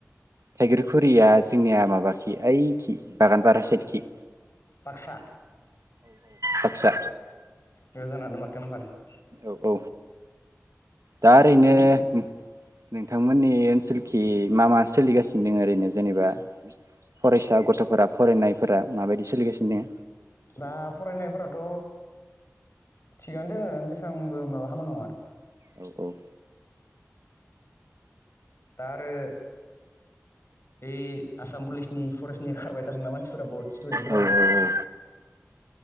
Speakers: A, on the right; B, on the left.
A: थाइगिरखुरिया जोंनिया माबाखि ओइखि बागानफारा साइदखि
B: बाक्सा
A: बाक्सा
B: गोजानानो मा <unintelligible>
A: औ औ दा ओरैनो
B: बिदिनो
A: नोंथांमोननि ओनसोलखि मा मा सोलिगासिनो दोङो ओरैनो जेनेबा फरायसा गथ'फोरा फरायनायफोरा माबायदि सोलिगासिनो दङ।
B: दा फरायनायफोराथ' थिगानो दोङो एसबांबो माबा हामा नङा
A: औ औ
B: दा आरो ओइ आसाम पुलिसनि फरेस्टनि खारबाय थादोंना मानसि फोरा बहुद स्टुदेन्टफ्रानो
A: औ औ